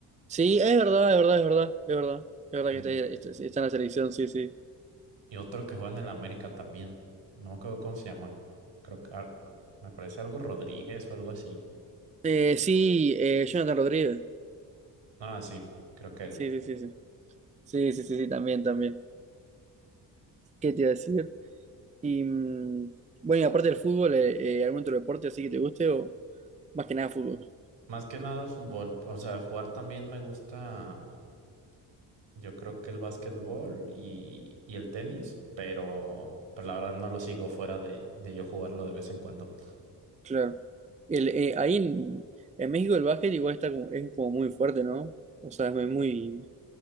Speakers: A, on the right; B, on the right.
A: Sí, es verdad, es verdad, es verdad, es verdad. Es verdad
B: y,
A: que está, está- está en la selección, sí, sí.
B: y otro que juega en el América también. No me acuerdo cómo se llama. Creo que al- me parece algo Rodríguez o algo así.
A: Eh, sí, eh, Jonathan Rodríguez.
B: Ah, sí, creo que él.
A: Sí, sí, sí, sí. Sí, sí, sí, sí, también, también. ¿Qué te iba a decir? Y mm, bueno, y aparte del fútbol, eh, eh, ¿algún otro deporte así que te guste o más que nada fútbol?
B: Más que nada fútbol. O sea, jugar también me gusta Yo creo que el básquetbol y, y el tenis, pero pues la verdad no lo sigo fuera de, de yo jugarlo de vez en cuando.
A: Claro. El, eh, ahí en, en México el básquet igual está como, es como muy fuerte, ¿no? O sea, es muy...